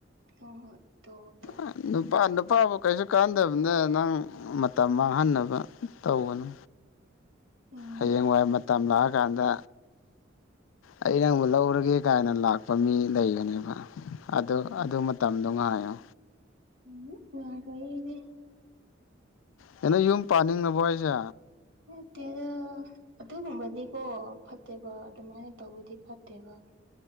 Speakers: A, on the right (about 80°); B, on the left (about 80°).
A: ꯍ ꯍꯣ ꯗꫭ
B: ꯑꯥ ꯅꯨꯞ ꯅꯨꯄꯥ ꯅꯨꯄꯥꯕꯨ ꯀꯩꯁꯨ ꯀꯥꯟꯅꯗꯕꯗ ꯅꯪ ꯃꯇꯝ ꯃꯥꯡꯍꯟꯅꯕ ꯇꯧꯒꯅꯨ
A: ꯎꯝ
B: ꯍꯌꯦꯡꯋꯥꯏ ꯃꯇꯝ ꯂꯥꯛꯑꯀꯥꯟꯗ ꯑꯩ ꯅꯪꯕꯨ ꯂꯧꯔꯒꯦ ꯒꯥꯏꯅ ꯂꯥꯛꯄ ꯃꯤ ꯂꯩꯕꯅꯦꯕ ꯑꯗꯨ
A: ꯎꯝ
B: ꯑꯗꯨ ꯃꯇꯝꯗꯣ ꯉꯥꯏꯌꯣ
A: ꯎꯝꯔ UNINTELLIGIBLE
B: ꯀꯩꯅꯣꯌꯨꯝ ꯄꯥꯅꯤꯡꯉꯕꯣ ꯍꯥꯏꯁꯦ
A: ꯅꯠꯇꯦꯗ ꯑꯗꯨꯒꯨꯝꯕꯗꯤꯀꯣ ꯐꯠꯇꯦꯕ ꯑꯗꯨꯃꯥꯏꯅ ꯇꯧꯕꯗꯤ ꯐꯠꯇꯦꯕ